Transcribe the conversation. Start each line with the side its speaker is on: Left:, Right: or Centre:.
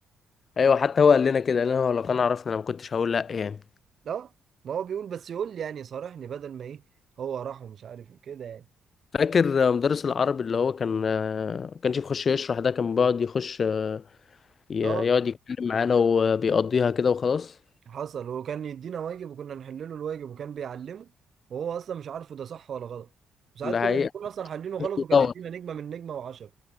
Left: أيوة حتى هو قال لنا كده قال لنا هو لو كان عرفنا أنا ما كنتش هقول لأ يعني
Right: لا ما هو بيقول بس يقول لي يعني صارحني بدل ما ايه هو راح ومش عارف إيه كده يعني
Left: فاكر آه، مدرس العربي اللي هو كان آه، ما كانش بيخش يشرح ده كان بيقعد يخش آه، ي-
Right: اه
Left: يقعد يتكلم معانا وبيقضيها كده وخلاص
Right: حصل وكان يدينا واجب وكنا نحل له الواجب وكان بيعلمه وهو اصلا مش عارفه ده صح ولا غلط وساعات
Left: ده
Right: كنا
Left: حقيقة
Right: بنكون اصلا حلينه غلط وكان
Left: طبعا
Right: يدينا نجمه من نجمه وعشرة